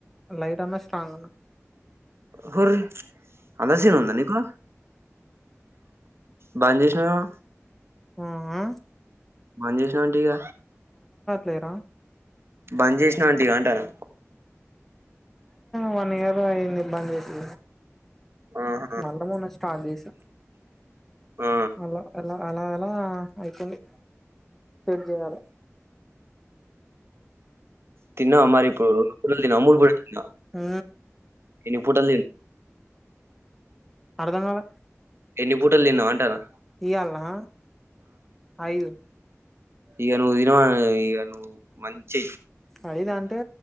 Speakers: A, in the centre; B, on the right.
A: లైట్ అన్న స్ట్రాంగ్ అన్నా
B: హుర్‌ అంత సీన్ ఉందా నీకు బంద్‌ చేసినవేమో
A: ఉహు
B: బంద్ చేసినవేంట ఇగ
A: లేరా
B: బంద్ చేసినా ఏంటి ఇగ అంటనా
A: వన్ ఇయర్ అయింది బంద్‌ చేసి
B: ఆహా
A: నలబై వేలస్టార్ట్ చేసా
B: ఆ
A: అలా అలా అలా అలా అయితుంది సేట్‌చేయాలె
B: తిన్నావ మరి ఇప్పుడు మురుకుల్ తిన మురుకుల్ తిన్న
A: ఆ
B: ఎన్ని పూటల్‌ తిన్
A: అర్ధం గాలే
B: ఎన్ని పూటలు తిన్నావు అంటానా
A: ఇయల్నా ఐదు
B: ఈగ నువ్వు దినమా ఈ నువ్వు మంచి
A: అదిద అంటే